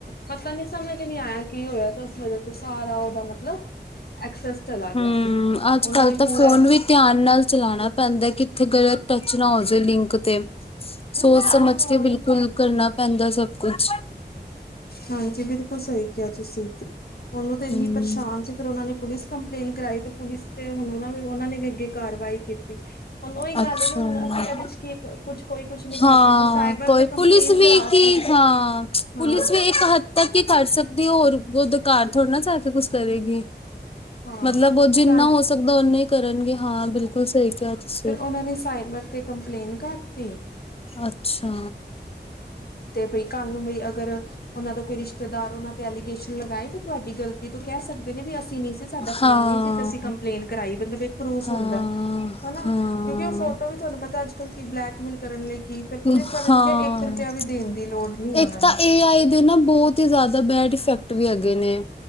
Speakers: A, on the left (about 60°); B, on the left (about 35°).
A: ਪਤਾ ਨੀ ਸਬ ਸਮਂਝ ਨਈ ਆਇਆ ਕੀ ਹੋਇਆ ਤੇ ਉਸ ਵਜ੍ਹਾ ਤੋਂ ਸਾਰਾ ਉਹਦਾ ਮਤਲਬ ਐਕਸੈਸ ਚਲਾ ਗਿਆ
B: ਹੂੰ,
A: ਸੀ
B: ਅੱਜ-ਕੱਲ
A: ਉਨਾਂ ਨੇ
B: ਤਾਂ
A: ਪੂਰਾ
B: ਫੋਨ ਵੀ ਧਿਆਨ ਨਾਲ ਚਲਾਨਾ ਪੈਂਦਾ ਕਿੱਥੇ ਗਲਤ ਟੱਚ ਨਾ ਹੋ ਜੇ ਲਿੰਕ ਤੇ ਸੋਚ
A: ਹਾਂ
B: ਸਮਝ
A: ਉਹੀ
B: ਕੇ ਬਿਲਕੁਲ ਕਰਨਾ ਪੈਂਦਾ ਸਭ ਕੁਛ
A: ਹਾਂਜੀ ਬਿਲਕੁਲ ਸਈ ਕਿਆ ਤੁਸੀਂ ਉਨੂੰ ਤੇ ਇੰਨੀ
B: ਹੂੰ।
A: ਪਰਸ਼ਾਨ ਸੀ ਫ਼ਿਰ ਉਹਨਾਂ ਨੇ ਪੁਲਿਸ ਕੰਪਲੇਨ ਕਰਾਈ ਤੇ ਪੁਲਿਸ ਤੇ ਹੁਣ ਉਨਾਂ ਉਨਾਂ ਨੇ ਵੀ ਅੱਗੇ ਕਾਰਵਾਈ ਕੀਤੀ ਹੁਣ ਓਈ
B: ਅੱਛਾ,
A: ਗੱਲ ਏ ਨਾ ਹੁਣ ਅਸੀਂ ਐਦੇ ਚ ਕੀ ਕੁੱਛ ਕੋਈ ਕੁਛ ਨੀ ਕਰ
B: ਹਾਂ
A: ਸਕਦਾ ਸਾਈਬਰ
B: ਕੋਈ
A: ਤੇ
B: ਪੁਲਿਸ
A: ਕੰਪਲੇਨ
B: ਵੀ
A: ਕਰਾ
B: ਕੀ
A: ਸਕ
B: ਹਾਂ
A: ਹਾਂ
B: ਪੁਲਿਸ ਵੀ ਇੱਕ ਹੱਦ ਤੱਕ ਈ ਕਰ ਸਕਦੀ ਹੋਰ ਓਦੇ ਕਾਰ ਥੋੜ੍ਹੀ ਨਾ ਜਾ ਕੇ ਕੁਛ ਕਰੇਗੀ
A: ਹਾਂ।
B: ਮਤਲਬ ਉਹਚ ਜਿੰਨਾ ਹੋ ਸਕਦਾ ਓਨਾ ਹੀ ਕਰਨਗੇ ਹਾਂ ਬਿਲਕੁਲ ਸਹੀ ਕਿਆ ਤੁਸੀਂ
A: ਫਿਰ ਉਹਨਾਂ ਨੇ ਸਾਈਬਰ ਤੇ ਕੰਪਲੇਂਨ ਕਰਤੀ
B: ਅੱਛਾ!
A: ਤੇ ਬਈ, ਕੱਲ ਨੂੰ ਬਈ ਅਗਰ ਉਹਨਾਂ ਦਾ ਕੋਈ ਰਿਸ਼ਤੇਦਾਰ ਉਨਾਂ ਤੇ ਐਲੀਗੇਸ਼ਨ ਲਗਾਏ ਵੀ ਤੁਆਡੀ ਗਲਤੀ ਏ, ਤੋਂ ਕਿਹ ਸਕਦੇ ਨੇ, ਵੀ ਅਸੀਂ ਨਈ ਸੀ ਸਾਡਾ
B: ਹਾਂ
A: ਫੋਨ ਨੀ ਸੀ ਤੇ ਅਸੀਂ ਕੰਪਲੇਂਨ ਕਰਾਈ, ਮਤਲਬ ਇੱਕ ਪਰੂਫ
B: ਹਾਂ
A: ਹੁੰਦਾ। ਹਨਾ,
B: ਹਾਂ
A: ਕਿਉਂਕਿ ਉਹ ਫੋਟੋ ਵੀ ਤੁਹਾਨੂੰ ਪਤਾ ਅੱਜ ਕੱਲ੍ਹ ਕੀ ਬਲੈਕਮੇਲ ਕਰਨ ਲਈ ਕੀ ਫਿਰ ਪੁਲਿਸ
B: ਹਾਂ
A: ਵਾਲੇ ਨੇ ਕਿਆ ਇੱਕ ਰੁਪਇਆ ਵੀ ਦੇਣ ਦੀ ਲੋੜ ਨੀ ਹੈ
B: ਇੱਕ
A: ਉਹਨਾਂ
B: ਤਾਂ
A: ਨੂੰ
B: ਏ ਆਈ ਦੇ ਨਾ ਬੋਤ ਈ ਜ਼ਾਦਾ ਬੈਡ ਇਫੈਕਟ ਵੀ ਹੈਗੇ ਨੇ